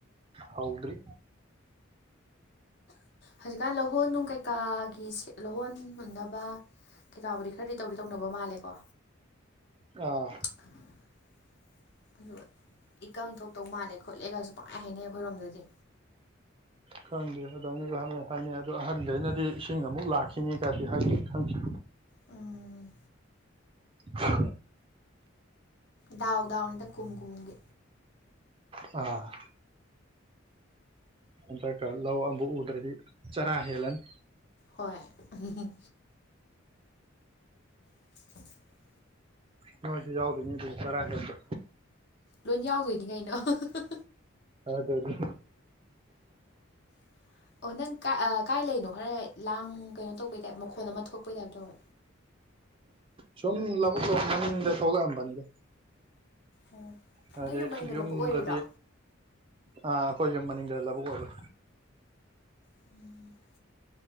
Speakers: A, on the right; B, on the left.
A: ꯍꯧꯗ꯭ꯔꯤ
B: ꯍꯧꯖꯤꯛꯀꯥꯟ ꯂꯧꯍꯣꯟꯅꯨꯡ ꯀꯩꯀꯥꯒꯤꯁꯦ ꯂꯧꯍꯣꯟ ꯍꯨꯟꯅꯕ ꯀꯩꯀꯥꯕꯨꯗꯤ ꯈꯔꯕꯨꯗꯤ ꯇꯧꯗꯤ ꯇꯧꯅꯕ ꯃꯥꯜꯂꯦꯀꯣ
A: ꯑꯥ
B: <inaudible> ꯑꯗꯨꯒ ꯏꯀꯪ ꯊꯣꯛꯇꯧ ꯃꯥꯜꯂꯦ ꯈꯣꯠꯂꯦꯒꯁꯨ ꯄꯪꯍꯥꯏ ꯍꯥꯏꯅꯩ ꯑꯈꯣꯏꯔꯣꯝꯗꯗꯤ
A: ꯈꯪꯗꯦ ꯑꯗꯨꯃꯥꯏꯅꯁꯨꯍꯥꯟꯅ ꯍꯥꯏꯅꯩ ꯑꯗꯣ ꯑꯍꯟꯈꯩꯅꯗꯤ ꯏꯁꯤꯡ ꯑꯃꯨꯛ ꯂꯥꯛꯈꯤꯅꯤꯒꯗꯤ ꯍꯥꯏꯅꯩ ꯈꯪꯗꯦ
B: ꯎꯝ
A: ꯍ
B: ꯗꯥꯎꯗꯥꯎꯅꯦꯗ ꯀꯨꯝꯀꯨꯝꯒꯤ
A: ꯑꯥ ꯍꯟꯗꯛꯀ ꯂꯧ ꯑꯃꯕꯨ ꯎꯗ꯭ꯔꯗꯤ ꯆꯔꯥ ꯍꯦꯜꯂꯅꯤ
B: ꯍꯣꯏ ꯑꯍꯨꯝꯍꯨꯝ <inaudible>
A: ꯅꯣꯏꯁꯨ ꯌꯥꯎꯗꯣꯏꯅꯤ ꯑꯗꯨꯗ ꯆꯔꯥ ꯍꯦꯟꯕ
B: ꯂꯣꯏ ꯌꯥꯎꯗꯣꯏꯅꯤ ꯀꯩꯅꯣ <unintelligible>
A: ꯑꯗꯨꯅꯤ
B: <inaudible> ꯑꯣ ꯅꯪ ꯀ ꯀꯥꯏ ꯂꯩꯅꯣ ꯈꯔ ꯂꯥꯡ ꯀꯩꯅꯣ ꯇꯧꯕꯩ ꯇꯥꯏꯞ ꯃꯈꯣꯟ ꯑꯃ ꯊꯣꯛꯄꯩ ꯇꯥꯏꯞ ꯇꯧꯋꯦ
A: ꯁꯨꯝ ꯂꯧꯕꯨꯛ ꯂꯣꯝ ꯃꯅꯤꯡꯗ ꯊꯣꯛꯂꯛꯑꯝꯕꯅꯤꯗ
B: ꯑꯣ
A: ꯍꯥꯏꯗꯤ
B: ꯅꯪ ꯌꯨꯝ ꯃꯅꯤꯡꯗ
A: ꯌꯨꯝꯗꯗꯤ
B: ꯂꯧꯕꯨꯛ ꯑꯣꯏꯔꯤꯔꯣ
A: ꯑ ꯑꯩꯈꯣꯏ ꯌꯨꯝ ꯃꯅꯤꯡꯗ ꯂꯧꯕꯨꯛ ꯑꯣꯏꯕ
B: ꯎꯝꯍꯨꯝ